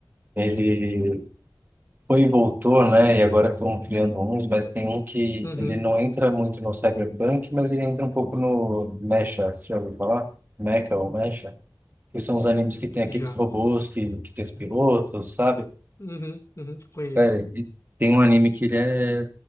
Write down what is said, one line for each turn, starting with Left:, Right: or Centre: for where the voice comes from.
Right: ele foi e voltou, né? E agora estão criando uns, mas tem um que
Left: Uhum.
Right: ele não entra muito no Cyberpunk, mas ele entra um pouco no Mecha, você já ouviu falar? Mecha ou Mecha? Que são os animes
Left: S-
Right: que tem
Left: Já.
Right: aqueles robôs que, que tem os pilotos, sabe?
Left: Uhum, uhum, conheço.
Right: Cara, e tem um anime que ele é